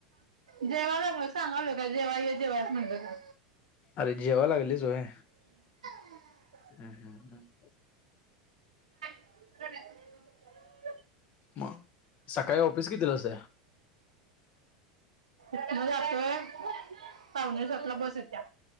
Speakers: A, on the right; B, on the left.
A: जेवाला म सांगावल का जेव ये जेव म्हणत
B: अरे जेवा लागलीचोय
A: हम् ह
B: हम्म हम्म हम्
A: ब
B: मग सकाळी ऑफिस कितीलास
A: इथन जातोय पावुणे स्वतला बस येत्या